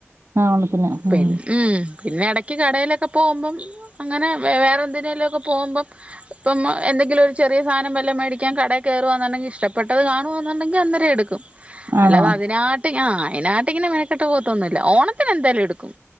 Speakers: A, on the right; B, on the right.
A: ആ ഓണത്തിന്
B: പിന്നെ
A: മ്
B: ഉം പിന്നെ എടയ്ക്ക് കടേലൊക്കെ പോകുമ്പം അങ്ങനെ വേറെ എന്തിനേലുമൊക്കെ പോകുമ്പം ഇപ്പം എന്തെങ്കിലും ഒരു ചെറിയ സാധനം വല്ല മേടിക്കാൻ കടേ കേറുവാന്നുണ്ടെങ്കിൽ ഇഷ്ട പെട്ടത് കാണുവാന്നുണ്ടെങ്കി അന്നേരം എടുക്കും
A: ആണോ
B: അല്ലാതെ അതിനാട്ട് ഞാൻ അതിനാട്ട് ഇങ്ങനെ മെനക്കെട്ട് പോവത്തൊന്നു ല്ല ഓണത്തിന് എന്തായാലും എടുക്കും